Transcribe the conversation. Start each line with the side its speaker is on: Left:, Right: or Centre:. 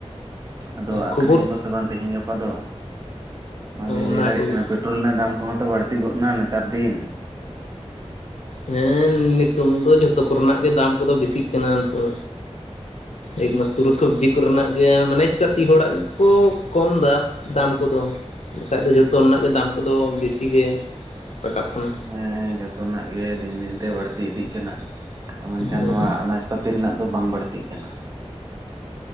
Right: ᱾ ᱟᱫᱚ ᱟᱠᱷᱨᱤᱧ
Left: ᱠᱷᱚᱵᱚᱨ
Right: ᱟᱠᱚ ᱥᱮ ᱵᱟᱝ ᱛᱮᱦᱤᱧ ᱜᱟᱯᱟ ᱫᱚ ᱵᱟᱝ ᱞᱤᱧ
Left: ᱚᱱᱟ
Right: ᱞᱟᱹᱭ ᱫᱟᱲᱮᱭᱟᱜ
Left: ᱠᱚᱜᱮ
Right: ᱠᱟᱱᱟ᱾ ᱯᱮᱴᱨᱳᱞ ᱨᱮᱱᱟᱜ ᱫᱟᱢ ᱠᱚᱦᱚᱸ ᱛᱚ ᱵᱟᱹᱲᱛᱤ ᱜᱚᱜᱱᱟ ᱱᱮᱛᱟᱨ ᱫᱤᱱ᱾
Left: ᱦᱮᱸ ᱱᱤᱛᱩᱝ ᱫᱚ ᱡᱷᱚᱛᱚ ᱠᱚᱨᱮᱱᱟᱜ ᱜᱮ ᱫᱟᱢ ᱠᱚᱫᱚ ᱵᱮᱥᱤᱜ ᱠᱟᱱᱟ ᱱᱤᱛᱚᱝ᱾ ᱮᱠ ᱢᱟᱛᱨᱚ ᱥᱚᱵᱽᱡᱤ ᱠᱚᱨᱮᱱᱟᱜ ᱜᱮ ᱢᱟᱱᱮ ᱪᱟᱹᱥᱤ ᱦᱚᱲᱟᱜ ᱜᱮᱠᱚ ᱠᱚᱢ ᱮᱫᱟ᱾ ᱫᱟᱢ ᱠᱚᱫᱚ ᱵᱟᱠᱷᱟᱡ ᱫᱚ ᱡᱚᱛᱚ ᱨᱮᱱᱟᱜ ᱜᱮ ᱫᱟᱢ ᱠᱚᱫᱚ ᱵᱤᱥᱤ ᱜᱮ ᱨᱟᱠᱟᱵ ᱠᱟᱱᱟ᱾
Right: ᱦᱮᱸ ᱡᱚᱛᱚᱱᱟᱜ ᱜᱮ ᱫᱤᱱ ᱫᱤᱱ ᱛᱮ ᱵᱟᱹᱲᱛᱤ ᱤᱫᱤᱜ ᱠᱟᱱᱟ ᱟᱨ ᱢᱮᱱᱠᱷᱟᱱ
Left: ᱦᱮᱸ
Right: ᱱᱚᱣᱟ ᱟᱱᱟ ᱯᱟᱹᱛᱤ ᱨᱮᱱᱟᱜ ᱫᱚ ᱵᱟᱝ ᱵᱟᱹᱲᱛᱤᱜ ᱠᱟᱱᱟ᱾